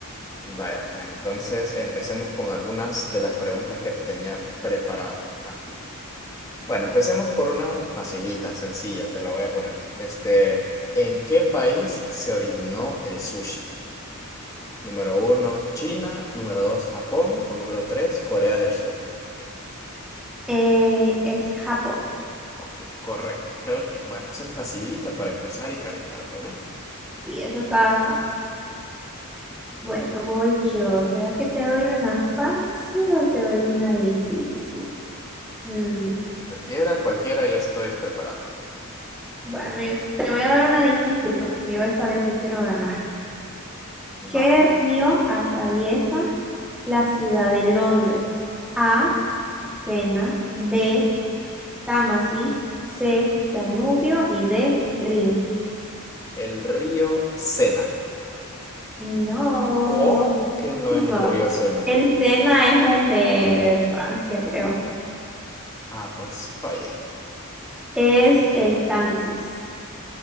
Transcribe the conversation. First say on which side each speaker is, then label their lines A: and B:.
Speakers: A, on the left; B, in the centre.
A: Vaya, pues entonces empecemos con algunas de las preguntas que te tenía preparado aquí. Bueno, empecemos por una facilita, sencilla, te la voy a poner. Este, ¿en qué país se originó el sushi? Número uno, China. Número dos, Japón. O número tres, Corea del Sur.
B: Eh, es Japón. <laughs>
A: Ok, correcto. Creo que, bueno, eso es facilita para empezar y calentar, ¿verdad?
B: Sí, eso estaba fácil. Bueno, voy yo. ¿Será que te doy una fácil o te doy una difícil? Mm,
A: Cualquiera, cualquiera, yo estoy preparado.
B: bueno, yo te voy a dar una difícil porque yo esta vez sí quiero ganar. ¿Qué
A: Va.
B: río atraviesa la ciudad de Londres? A, Sena, B, Támesis, C, Danubio y D, Rin.
A: El río Sena.
B: No,
A: ¿Cómo que no
B: no.
A: es el río Sena?
B: El Sena es el de Francia, creo.
A: Ah, pues fallé.
B: Es el Támesis.